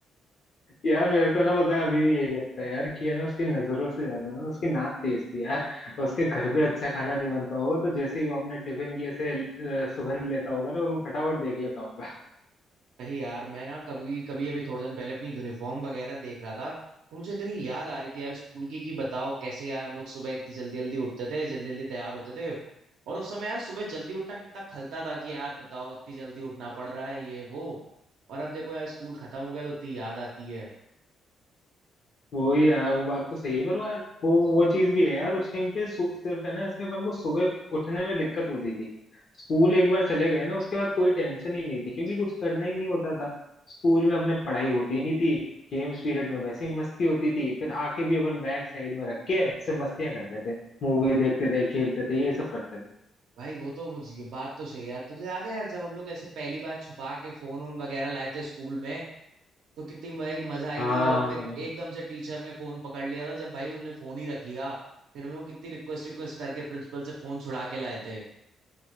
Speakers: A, on the left; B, on the right.
A: यार मेरे को ना पता है अभी भी यही लगता है यार कि है ना उसकी नजरों से ज्यादा ना उसकी नाक तेज थी यार उसके घर पे अच्छा खाना नहीं बनता होगा तो जैसे ही वो अपने टिफिन की ऐसे अ, सुगंध लेता होगा ना वो फटाफट देख लेता होगा
B: वही यार मैं ना कभी कभी अभी थोड़े दिन पहले अपनी यूनिफॉर्म वगैरह देख रहा था तो मुझे इतनी याद आ रही थी यार स्कूल की कि बताओ कैसे यार हम लोग सुबह इतनी जल्दी जल्दी उठते थे जल्दी जल्दी तैयार होते थे और उस समय यार सुबह जल्दी उठना कितना खलता था कि यार बताओ इतनी जल्दी उठना पड़ रहा है ये वो और अब देखो यार स्कूल खत्म हो गया तो इतनी याद आती है
A: वो ही यार वो बात तो सही है पर वो यार वो वो चीज भी है यार उस टाइम पे सु- सिर्फ है ना ऐसे अपन को सुबह उठने में दिक्कत होती थी स्कूल एक बार चले गए ना उसके बाद कोई टेंशन ही नहीं थी क्योंकि कुछ करना ही नहीं होता था स्कूल में अपने पढ़ाई होती नहीं थी गेम्स पीरियड में वैसे ही मस्ती होती थी फिर आके भी अपन बैक साइड में रख के ऐसे मस्तियां करते थे मूवी देखते थे खेलते थे ये सब करते थे
B: भाई वो तो मुझे बात तो सही है यार तुझे याद है यार जब हम लोग ऐसे पहली बार छुपा के फोन वोन वगैरह लाए थे स्कूल में तो कितनी भाई मजा आई
A: हाँ
B: थी और फिर एकदम से टीचर ने फोन पकड़ लिया था जब भाई उन्होंने फोन ही रख लिया फिर हम लोग कितनी रिक्वेस्ट रिक्वेस्ट करके प्रिंसिपल से फोन छुड़ा के लाए थे